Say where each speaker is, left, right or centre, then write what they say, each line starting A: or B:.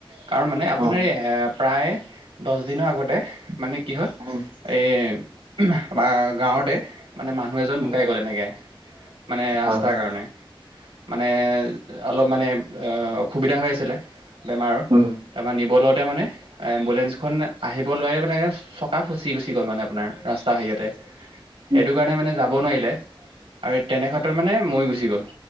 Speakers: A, on the right (about 80°); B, on the right (about 70°).
A: কাৰণ মানে আপোনাৰ
B: অ
A: এই প্ৰায় দহ দিনৰ আগতে মানে। কি হ'ল
B: উম
A: এই আমাৰ গাঁৱতে মানে মানুহ এজন
B: উম
A: ঢুকাই গ'ল এনেকে মানে ৰাস্তাৰ
B: হয় উম
A: কাৰণে। মানে অলপ মানে অসুবিধা হৈ আছিলে। বেমাৰত
B: উম
A: তাৰপৰা নিব লওঁতে মানে। এম্বুলেঞ্চখন আহিব লোৱাৰে মানে এক চকা ফচি গুচি গ'ল মানে আপোনাৰ ৰাস্তা হেৰিয়তে।
B: উম
A: সেইটো কাৰণে মানে যাব নোৱাৰিলে আৰু তেনেক্ষেত্ৰত মানে মৱি গুচি গ'ল।